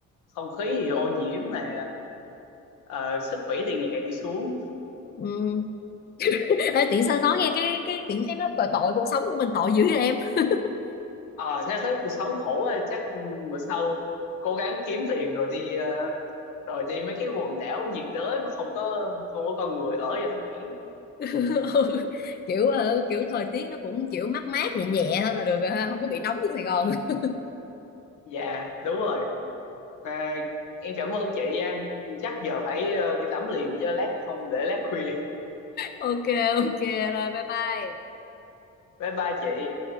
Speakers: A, on the left; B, on the left.
A: không khí thì ô nhiễm mà ờ, sức khỏe thì ngày càng đi xuống
B: Ừ. <laughs> Ê, tiện sao nói nghe cái cái tiện thấy nó tội tội cuộc sống của mình tội dữ vậy em <laughs>
A: ờ thế thấy cuộc sống khổ á, chắc ừ, bữa sau cố gắng kiếm tiền rồi đi ờ, rồi đi mấy cái quần đảo nhiệt đới mà không có không có con người ở cho nó khỏe
B: Ừ. kiểu ờ, kiểu thời tiết nó cũng kiểu mát mát nhẹ nhẹ thôi là được rồi ha không có bị nóng như Sài Gòn <laughs>
A: dạ đúng rồi Mà em cảm ơn chị nha chắc giờ phải ờ, đi tắm liền chứ lát không để lát khuya
B: ok ok rồi bye bye
A: bye bye chị